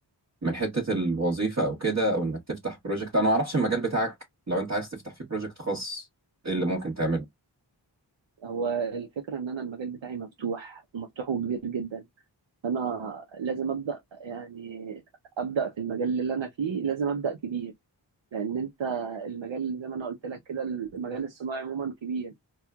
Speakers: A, on the right (about 35°); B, on the right (about 80°).
A: من حته الوظيفه او كده او انك تفتح بروجكت انا ما اعرفش المجال بتاعك لو انت عايز تفتح فيه بروجكت خاص ايه اللي ممكن تعمله
B: هو الفكرة إن أنا المجال بتاعي مفتوح ومفتوح وكبير جدا أنا لازم أبدأ يعني أبدأ في المجال اللي أنا فيه لازم أبدأ كبير لان انت المجال زي ما انا قلت لك كده المجال الصناعي عموما كبير